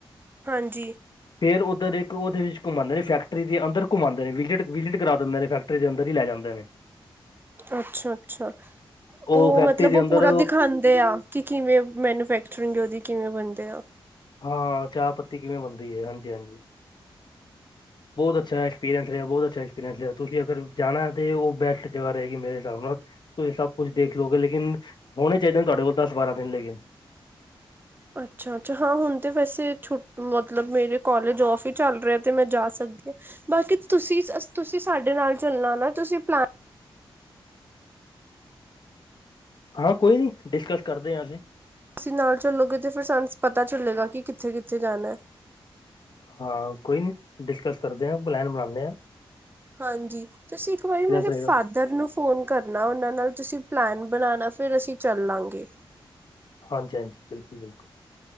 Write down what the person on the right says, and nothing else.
ਹਾਂਜੀ।
ਅੱਛਾ-ਅੱਛਾ, ਓ
ਮਤਲਬ
ਉਹ
ਪੂਰਾ ਦਿਖਾਂਦੇ ਆ। ਕਿ ਕਿਵੇਂ ਮੈਨੂਫੈਕਚਰਿੰਗ, ਉਹਦੀ ਕਿਵੇਂ ਬਨੰਦੇ ਆ।
ਅੱਛਾ ਅੱਛਾ ਹਾਂ ਹੁਣ ਤੇ ਵੈਸੇ ਛੁ ਮਤਲਬ ਮੇਰੇ ਕੋਲੇਜ ਔਫ ਹੀ ਚੱਲ ਰਏ, ਤੇ ਮੈਂ ਜਾ ਸਕਦੀ ਹਾਂ ਬਾਕੀ ਤੁਸੀਂ ਤੁਸੀਂ ਸਾਡੇ ਨਾਲ ਚੱਲਣਾ ਨਾ ਤੁਸੀਂ ਪਲਾਨ
ਤੁਸੀਂ ਨਾਲ ਚੱਲੋਗੇ ਤੇ ਫਿਰ ਸਾਨੂੰ ਪਤਾ ਚੱਲੇਗਾ, ਕੀ ਕਿੱਥੇ ਕਿੱਥੇ ਜਾਣਾ ਹੈ
ਹਾਂਜੀ ਤੁਸੀਂ ਇੱਕ ਵਾਰੀ ਮੇਰੇ
ਫਾਦਰ ਫਾਦਰ ਨੂੰ ਫ਼ੋਨ ਕਰਨਾ, ਉਹਨਾਂ ਨਾਲ ਤੁਸੀਂ ਪਲੈਨ ਬਣਾਉਣਾ ਫਿਰ ਅਸੀਂ ਚੱਲਾਂਗੇ